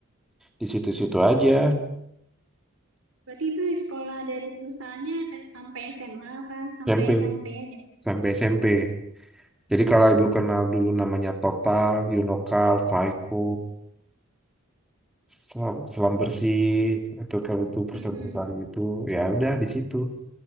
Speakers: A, in the centre; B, on the right (about 70°).
A: di situ-situ aja,
B: Berarti itu sekolah dari perusahaannya eh, sampai SMA apa sampai
A: SMP
B: SMP aja?
A: sampai SMP. Jadi
B: Hmm.
A: kalau Ibu kenal dulu namanya Total, Yunokal, Faiko, Selam, Selam Bersih, atau kalau itu perusahaan-perusahaan
B: Mhm.
A: itu, ya udah di situ.